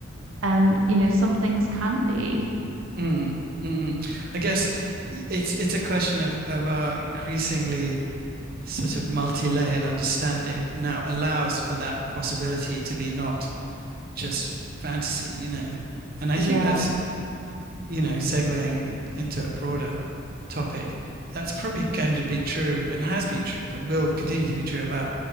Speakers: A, on the right (about 80°); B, on the right (about 50°).
A: um, you know, some things can be.
B: Mm, mm, mm. I guess y- it's it's a question of of our increasingly sort of multi-layered understanding now allows for that possibility to be not just fantasy, you know. And I
A: Yeah.
B: think that's you know, segueing into a broader topic, that's probably going to be true and has been true, but will continue to be true about